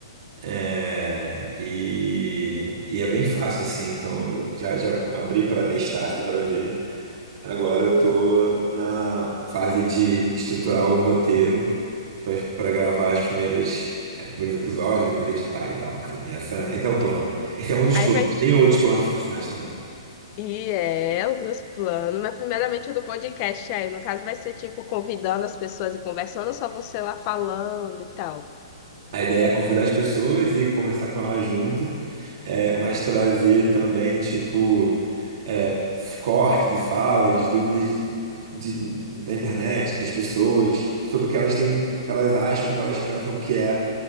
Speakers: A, on the right; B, on the left.
A: é, e, e é bem fácil assim, então eu já, já abri pra testar, assim, pra ver. Agora eu tô na fase de estruturar o roteiro pra pra gravar as primeiras. é, primeiros episódios, depois editar e tal. Enfim, essa,
B: Tem-
A: esse é o plano. Esse é um dos
B: Aí
A: planos.
B: vai.
A: Tem outros planos profissionais também.
B: E é, outros planos, mas primeiramente o do podcast aí, no caso vai ser tipo convidando as pessoas e conversando, ou só você lá falando e tal.
A: A ideia é convidar as pessoas e conversar com elas junto, é, mas trazer também, tipo, é, cortes e falas, dúvidas de- da internet, das pessoas, sobre o que elas têm, que elas acham, que elas pensam que é,